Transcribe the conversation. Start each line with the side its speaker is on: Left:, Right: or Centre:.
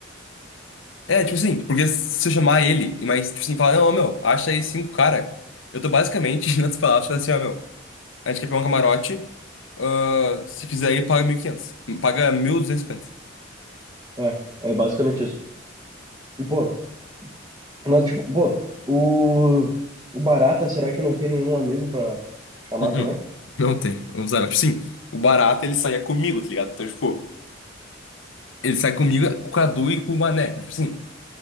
Left: É, tipo assim, porque se eu chamar ele, e mais, tipo assim, falar, não, ô, meu, acha aí cinco cara. Eu tô basicamente, <laughs> em outras palavras, falando assim, ó, meu, a gente quer pegar um camarote. ah, se quiser aí, paga mil e quinhentos. Paga 1.250.
Right: É, é basicamente isso. E, pô, mas, tipo, pô, o, o Barata, será que não tem nenhum amigo pra chamar
Left: Uh-uh.
Right: também?
Left: Não tem. Vamos usar. Tipo assim, o barato ele saía comigo, tá ligado? Então, tipo. Ele sai comigo, com o Cadu e com o Mané. Tipo assim,